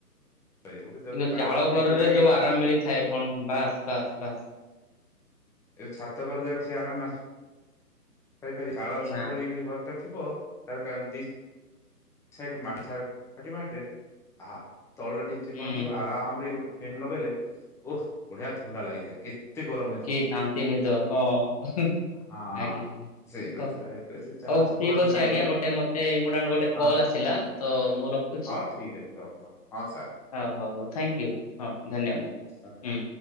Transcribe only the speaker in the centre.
ଗୋଟେ ଯଦି
ଚାଳଘରେ
ଫ୍ୟାନ୍
ଟେ ଲାଗିଗଲା
ଏ ଛାତ ଘର ଯାକ ସେ ଆରାମ ଆସ ପାଇପାରିବେ ଚାଳ ଛପର
ହେଇକରି ଘରଟା ଥିବ କାର କାର ଦି ସାଇଟ୍ ମାଟି ଛା ଝାଟିମାଟିରେ ଆ ତଳ ଟା ଟିକେ ଚିକଣ
ଥିବ ଆରାମ ରେ ଗୋଟେ ଫେନ୍ ଲଗେଇଲେ ଓହ ବଢିଆ ଥଣ୍ଡା ଲାଗିଥାଏ କେ ତେ ଗରମ୍ ହେ
ହଁ।
ସେଇଟା
ଥିଲା ଏବେ ସେ ଚାଳ
ଛପର
ହେଲେ
ନାହିଁ
ଆଉ
ହଁ
ହଉ ଠିକ୍ ଅଛି ହଉ ହଁ ହଁ ସାର୍
ଧନ୍ୟ
ଆତେ